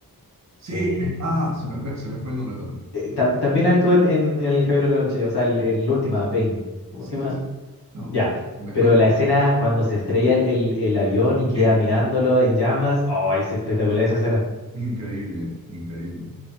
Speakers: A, on the right; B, on the left.
A: Sí,
B: Eh,
A: eh, ah, se me fue, se me fue el nombre también.
B: eh, ta- también actúa en, en- en El Caballero de la Noche, o sea, el- en la última, Bane. ¿Cómo
A: Sí,
B: se llama?
A: sí, sí. No,
B: Ya.
A: no, me
B: Pero
A: fue.
B: la escena cuando se estrella el, el- el avión y queda
A: Sí,
B: mirándolo en llamas, oh, es espectacular esa escena.
A: increíble, increíble.